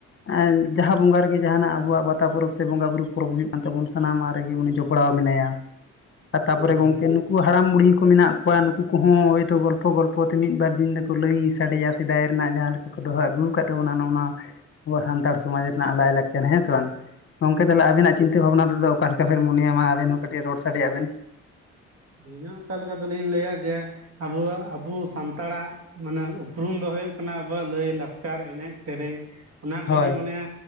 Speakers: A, on the left (about 40°); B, on the right (about 55°).
A: ᱟᱨ ᱡᱟᱦᱟᱸ ᱵᱚᱸᱜᱟ ᱨᱮ ᱜᱮ ᱡᱟᱦᱟᱱᱟᱜ ᱟᱵᱚᱣᱟᱜ ᱯᱟᱛᱟ ᱯᱚᱨᱚᱵᱽ ᱥᱮ ᱵᱚᱸᱜᱟ ᱵᱩᱨᱩ ᱯᱚᱨᱚᱵᱽ ᱦᱩᱭᱩᱜ ᱛᱟᱵᱚᱱ ᱥᱟᱱᱟᱢᱟᱜ ᱨᱮᱜᱮ ᱩᱱᱤ ᱡᱚᱯᱲᱟᱣ ᱢᱮᱱᱟᱭᱟ ᱟᱨ ᱛᱟᱯᱚᱨᱮ
B: ᱦᱳᱭ ᱦᱳᱭ
A: ᱜᱚᱝᱠᱮ ᱱᱩᱠᱩ ᱱᱩᱠᱩ ᱦᱟᱲᱟᱢ ᱵᱩᱰᱦᱤ ᱠᱚ ᱢᱮᱱᱟᱜ ᱠᱚᱣᱟ ᱱᱩᱠᱩ ᱠᱚᱦᱚᱸ ᱦᱚᱭᱛᱚ ᱜᱚᱞᱯᱚ ᱜᱚᱞᱯᱚ ᱛᱮ ᱢᱤᱫ ᱵᱟᱨ ᱫᱤᱱ ᱫᱚᱠᱚ ᱞᱟᱹᱭ ᱥᱟᱰᱮᱭᱟ, ᱥᱮᱫᱟᱭ ᱨᱮᱱᱟᱜ ᱡᱟᱦᱟᱸ ᱞᱮᱠᱟ ᱠᱚ ᱫᱚᱦᱚ ᱟᱹᱜᱩ ᱟᱠᱟᱫ ᱛᱟᱵᱚᱱᱟ ᱱᱚᱜ-ᱚ ᱟᱵᱚ ᱥᱟᱱᱛᱟᱲ ᱥᱚᱢᱟᱡᱽ ᱨᱮᱱᱟᱜ ᱞᱟᱭ ᱞᱟᱠᱪᱟᱨ, ᱦᱮᱸ ᱥᱮ ᱵᱟᱝ ᱜᱚᱢᱠᱮ ᱛᱟᱦᱚᱞᱮ ᱟᱵᱤᱱᱟᱜ ᱪᱤᱱᱛᱟᱹ ᱵᱷᱟᱵᱽᱱᱟ ᱛᱮᱫᱚ ᱚᱠᱟ ᱞᱮᱠᱟ ᱵᱮᱱ ᱢᱚᱱᱮᱭᱟ, ᱢᱟ ᱟᱵᱮᱱ ᱦᱚᱸ ᱠᱟᱹᱴᱤᱡ ᱨᱚᱲ ᱥᱟᱰᱮᱭᱟᱜ ᱵᱮᱱ,
B: ᱟᱹᱞᱤᱧ ᱦᱚᱸ ᱚᱱᱠᱟ ᱞᱮᱠᱟ ᱫᱚᱞᱤᱧ ᱞᱟᱹᱭᱟ ᱡᱮ ᱟᱵᱚᱣᱟᱜ ᱟᱵᱚ ᱥᱟᱱᱛᱟᱲᱟᱜ ᱢᱟᱱᱮ ᱩᱯᱨᱩᱢ ᱫᱚ ᱦᱩᱭᱩᱜ ᱠᱟᱱᱟ ᱟᱵᱚᱣᱟᱜ ᱞᱟᱹᱭ ᱞᱟᱠᱪᱟᱨ ᱮᱱᱮᱡ, ᱥᱮᱨᱮᱧ᱾ ᱚᱱᱟ ᱜᱮᱞᱤᱧ
A: ᱦᱳᱭ
B: ᱢᱚᱱᱮᱭᱟ